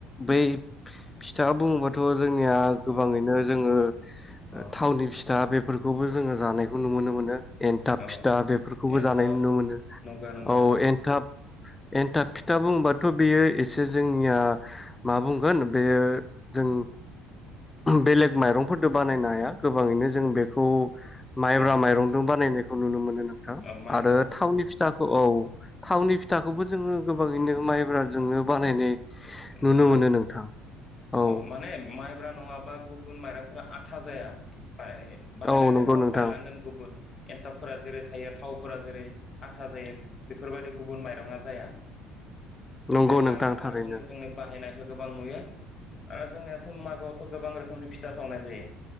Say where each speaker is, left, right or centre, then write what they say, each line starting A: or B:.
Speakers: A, on the left; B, on the left.
A: बै फिथा बुङोबा। थ' जोंनिया गोबाङै बिदिनो जोङो।
B: अ
A: थावनि फिथा बे फोरखौबो जोङो जानायखौ नुनो मोनो। एन्थाब
B: अ
A: फिथा बेफोरखौबो
B: एन्थाब
A: जानाय नुनो मोनो
B: नंगौ नंगौ
A: औ
B: नोंथां
A: एनथाब। एन्थाब खिथा बुंबा थ' बेयो एसे जोंनिया मा बुंगोन बेयो जों बेलेग माइरंफोरजों बानायनो हाया गोबाङैनो जों बेखौ माइब्रा
B: अ
A: माइरंजों बानायनाय खौ नुनो मोनो। औ
B: अ माइब्रा
A: आरो थावनि फिथाखौ औ। थावनि फिथाखौबो जोङो गोबाङैनो माइ ओ जोंनो बानायनाय
B: नंगो
A: मोनो नोंथां
B: अ
A: औ
B: माने माइब्रा नङाबा गुबुन माइरं फोरा आथा जाया। बानायनो बानायना
A: औ
B: नङा
A: नंगौ नोंथां
B: बायलांगोन गुबुन एन्थाबफोरा जेरै थायो थाव फोरा जेरै आथा जायो। बेफोरबायदि गुबुन माइरङा जाया।
A: नंगौ
B: बे
A: नोंथां
B: माइब्रा माइरंखौनो
A: थारैनो।
B: जोंनि बाहायनायखौ गोबां नुयो आरो जोंनिया सम मागोआवथ' गोबां रोखोमनि फिथा सावनाय जायो